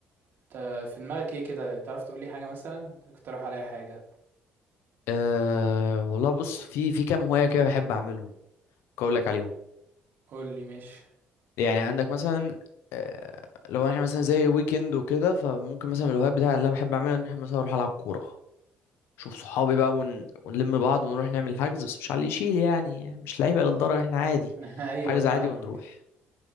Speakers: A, on the right (about 65°); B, on the left (about 80°).
A: انت في دماغك ايه كده تعرف تقول لي حاجة مثلا اقترح عليا حاجة
B: أه والله بص في في كام هواية كده بحب اعملهم اقولك عليهم
A: قول لي ماشي
B: يعني عندك مثلا أه لو احنا مثلا زي ويكند وكده فممكن مثلا من الهوايات بتاعي اللي انا بحب اعملها ان احنا مثلا اروح العب كورة اشوف صحابي بقى ون... ونلم بعض ونروح نعمل حجز بس مش على اللي يشيل يعني يعني مش لعيبة للدرجة احنا عادي
A: <laughs> ايوه
B: حجز
A: فاهمك
B: عادي ونروح